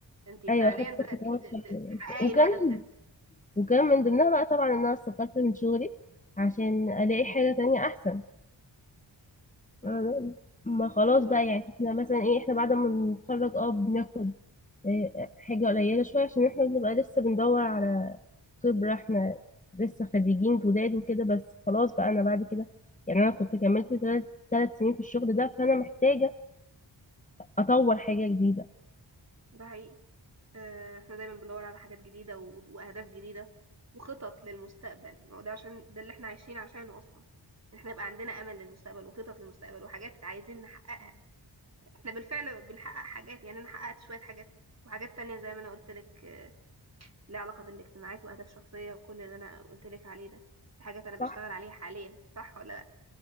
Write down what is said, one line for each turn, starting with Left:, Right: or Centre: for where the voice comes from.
Right: انت فعليا
Left: ايوه خدت
Right: بدأتي
Left: خطوات
Right: ت-
Left: فعلا
Right: ت- تحققي
Left: وكان
Right: الهدف ده
Left: وكان من ضمنها بقى طبعا ان انا استقلت من شغلي عشان الاقي حاجه تانية احسن
Right: امم
Left: أنا- ما خلاص
Right: ون-
Left: بقى يعني احنا مثلا ايه احنا بعد ما بنتخرج اه بناخد إيه، حاجه قليله شويه عشان احنا بنبقى لسه بندور على خبره احنا لسه خريجين جداد وكده بس خلاص بقى انا بعد كده يعني انا كنت كملت ثلاث ثلاث سنين في الشغل ده فانا محتاجه اطور حاجه جديده
Right: ده حقيقي آه، احنا دايما بندور على حاجات جديدة و- وأهداف جديدة وخطط للمستقبل ما هو ده عشان ده اللي احنا عايشين عشانه أصلا إن احنا يبقى عندنا أمل للمستقبل وخطط للمستقبل وحاجات عايزين نحققها احنا بالفعل بنحقق حاجات يعني أنا حققت شوية حاجات وحاجات تانية زي ما أنا قلت لك آه، ليها علاقة بالاجتماعات وأهداف شخصية وكل اللي أنا قلت لك عليه ده دي حاجات أنا بشتغل
Left: صح
Right: عليها حاليا صح ولا